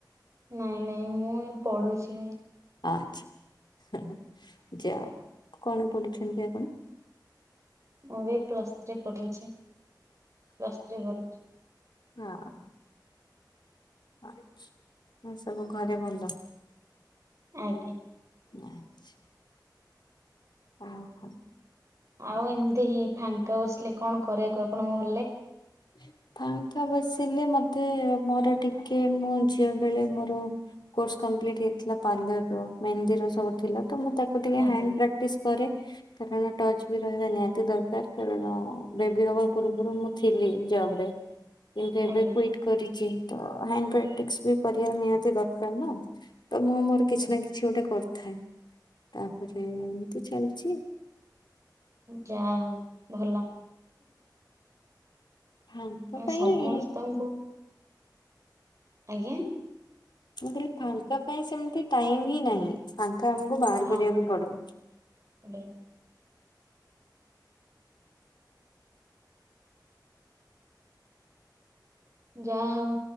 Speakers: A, on the right; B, on the left.
A: ନାଇଁ ନାଇଁ ମୁଁ ଏ ପଢୁଛି।
B: ଆଚ୍ଛା ଯାଅ କଣ ପଢୁଛନ୍ତି ଆପଣ?
A: ମୁଁ ବି ପ୍ଲସ୍ ଥ୍ରୀ ପଢୁଛି ପ୍ଲସ୍ ଥ୍ରୀ କରୁଛି।
B: ହଁ। ଆଚ୍ଛା ଏ ସବୁ ଘରେ ଭଲ।
A: ଆଜ୍ଞା।
B: ଆଚ୍ଛା। ହଁ।
A: ଆଉ ଏମିତି ଫାଙ୍କା ବସିଲେ କଣ କରିବାକୁ ଆପଣଙ୍କ
B: ହ ପାଙ୍କା ବସିଲେ ମତେ ମୋର ଟିକେ ମୁଁ ଝିଅ ବେଳେ ମୋର କୋର୍ସ କମ୍ପ୍ଲିଟ ହେଇଥିଲା ପାର୍ଲର ର ମେନ୍ଦିର ସବୁ ଥିଲା ତ ମୁଁ ତାକୁ ଟିକେ
A: ଆଜ୍ଞା
B: ହାଣ୍ଡ ପ୍ରା ପ୍ରାକ୍ଟିସ କରେ କାରଣ ଟଚ୍ ବି ରହିବା ନିହାତି ଦରକାର କାରଣ ବେବି ହବା ପୂର୍ବରୁ ପୂର୍ବରୁ ମୁଁ ଥିଲି ଜବ୍‌ ରେ କିନ୍ତୁ ଏବେ
A: ଆଜ୍ଞା
B: କୁଇ କରିଚି ତ ହାଣ୍ଡ ପ୍ରାକ୍ଟିସ ବି କରିବା ନିହାତି ଦରକାର। ନା ତ ମୁଁ ମୋର କିଛି
A: ଆଜ୍ଞା
B: ନା କିଛି ଗୋଟେ କରିଥାଏ ତାପରେ ଏମିତି ଚାଲିଛି।
A: ଯା ହୋଉ ଭଲ।
B: ଭାଇଙ୍କ ପାଇଁ
A: ସମସ୍ତଙ୍କୁ ଆଜ୍ଞା
B: ମୁ କହଲି ଫାଙ୍କା ପାଇଁ ସେମିତି ଟାଇମ। ହିଁ ନାହିଁ ଫାଙ୍କା ଆମକୁ ବାହାର
A: ହଁ
B: କରିବାକୁ ପଡିବ।
A: <unintelligible> ଯାହା ହଉ